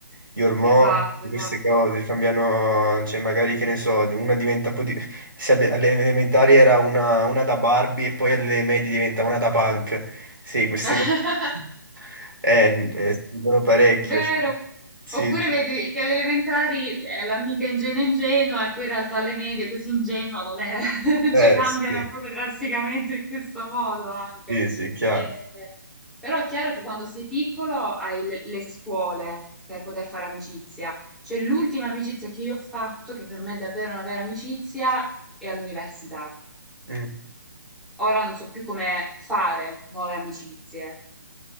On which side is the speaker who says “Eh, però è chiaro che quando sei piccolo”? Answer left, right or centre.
Centre